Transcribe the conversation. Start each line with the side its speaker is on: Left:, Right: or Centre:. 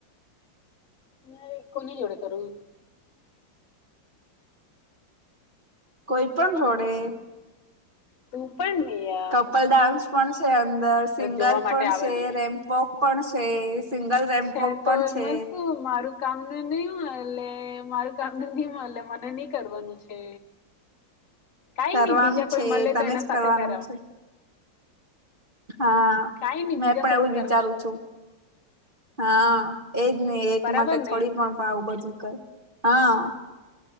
Left: ના કોની જોવડે કરું.
Right: કોઈ પણ જોડે?
Left: તું પણ નહીંય
Right: કપલ ડાન્સ પણ છે અંદર સિંગલ
Left: જોવા માટે
Right: પણ
Left: આવવાની
Right: છે
Left: મેં
Right: રેમ્પપોક પણ છે. સિંગલ રેમ્પોક
Left: છે તો
Right: પણ
Left: એમાં
Right: છે
Left: શું મારું. કામ ન નહી મળ મારું કામ ન ન મળ મને નઈ કરવાનું છે.
Right: <inaudible>
Left: કઈ
Right: કરવાનું
Left: નહી બીજા
Right: છે
Left: કોઈ મળે
Right: તને
Left: તો એના
Right: જ
Left: સાથે
Right: કરવાનું
Left: કરાવ
Right: છે હા.
Left: કઈ નહી
Right: મેં
Left: બીજા
Right: પણ
Left: સાથે
Right: એવું જ
Left: કરવાની
Right: વિચારું છું. હા એજ નહીિ એક
Left: બરાબર
Right: માટે થોડી
Left: ને
Right: પણ પાાવું બધું કર હા.